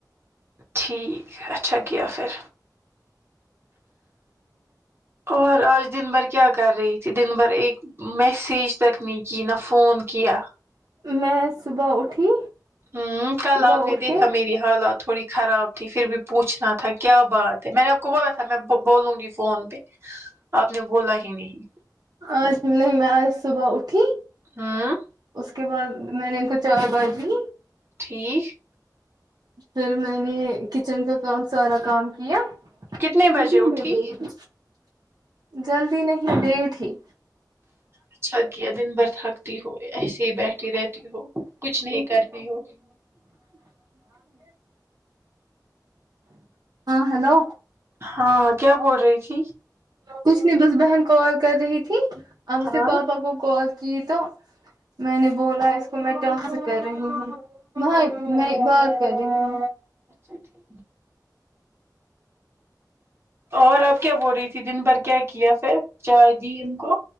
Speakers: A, on the right (about 35°); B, on the right (about 65°).
A: ٹھیک ہے اچھا کیا پھر اور آج دن بھر کیا کر رہی تھی دن بھر ایک میسیج تک نہیں کی نہ فون کیا
B: میں صبح اٹھی
A: ہ کل
B: صبح
A: آپ نے
B: اٹھ
A: دیکھا
B: کے
A: میری حالات تھوڑی خراب تھی پھر بھی پوچھنا تھا کیا بات ہے میں نے آپ کو بولا تھا میں بولوں گی فون پہ آپ نے بولا ہی نہیں
B: آج نہیں میں آج صبح اٹھی
A: ہوں
B: اس کے بعد میں نے ان کو چائے وائے دی
A: ٹھیک
B: پھر میں نے کچن کا کام سارا کام کیا
A: کتنے بجے
B: کتنی
A: اٹھی
B: <unintelligible> جلدی نہیں ڈٹ ہی
A: اچھا کیا دن بهر تھک تی ہو ایسے ہی بیٹھی رہتی ہو کچھ نہیں کرتی ہو
B: ہاں ہیلو
A: ہاں کیا بول رہی تھی
B: کچھ نہیں بس بہن کال کر رہی تھی اب اس
A: ہاں
B: نے پاپا کو کال کی تو میں نے بولا اس کو میں ٹ سے کر رہی ہوں مہائے میں بات کر رہی ہوں
A: اچھا ٹھیک اور آپ کیا بول رہی تھی دن بھر کیا کیا پھر چائے دی ان کو